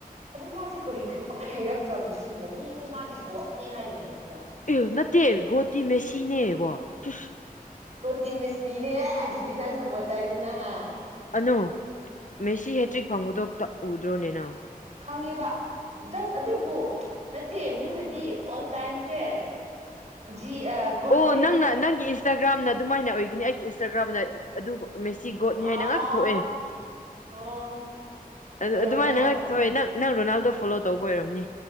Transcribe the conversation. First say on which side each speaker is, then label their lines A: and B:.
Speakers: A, on the right (about 45°); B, on the left (about 55°).
A: ꯑꯗꯣ ꯃꯥꯁꯦ ꯀꯔꯤꯒꯤꯅꯣ ꯁꯨꯡꯅ ꯍꯩꯔꯛꯇ꯭ꯔꯕ ꯁꯤꯕꯣ ꯃꯤꯅꯤ ꯃꯥꯗꯤ ꯒꯣꯗꯅꯦ ꯍꯥꯏꯔꯤꯉꯩꯁꯦ
B: ꯑꯧ ꯅꯠꯇꯦ ꯣꯇ ꯃꯦꯁꯤꯅꯦꯕꯣ ꯆꯁ
A: ꯃꯦꯁꯔꯤꯅꯦ ꯑꯔꯖꯦꯟꯇꯤꯟꯅ ꯁꯄ ꯇꯥꯏꯅꯤꯅꯍ
B: ꯑꯅꯨ ꯃꯦꯁꯤ ꯍꯦꯇ꯭ꯔꯤꯛ ꯐꯡꯕꯗꯣꯇ ꯎꯗ꯭ꯔꯣꯅꯦꯅ
A: ꯐꯉꯦꯕ ꯖꯁ ꯑꯗꯨꯕꯨ ꯅꯠꯇꯦ ꯃꯤꯅꯗꯤ ꯑꯣꯜ ꯇꯥꯏꯝꯁꯦ ꯖꯤ ꯒꯣꯠꯁꯦ
B: ꯑꯣ
A: ꯑꯗꯨꯝ
B: ꯅꯡꯅ ꯅꯡꯒꯤ ꯏꯟꯁꯇꯥꯒ꯭ꯔꯥꯝ ꯅ ꯑꯗꯨꯃꯥꯏꯅ ꯑꯣꯏꯒꯅꯤ ꯑꯩꯒꯤ ꯏꯟꯁꯇꯥꯒ꯭ꯔꯥꯝꯗ ꯑꯗꯨꯕꯨ ꯃꯦꯁꯤ ꯒꯣꯠꯅꯤ ꯍꯥꯏꯅ
A: ꯑꯥ
B: ꯉꯥꯛꯇ ꯊꯣꯛꯑꯦ
A: ꯑꯣ
B: ꯑꯗꯨ
A: ꯑꯣꯏꯔꯝꯕ
B: ꯑꯗꯨꯃꯥꯏꯅ
A: ꯌꯥꯏ
B: ꯉꯥꯛꯇ
A: ꯍꯣꯏ
B: ꯊꯣꯛꯑꯦ ꯅꯡ ꯅꯡ ꯔꯣꯅꯥꯜ ꯑꯗꯣ ꯐꯣꯂꯣ ꯇꯧꯕ ꯑꯣꯏꯔꯝꯅꯤ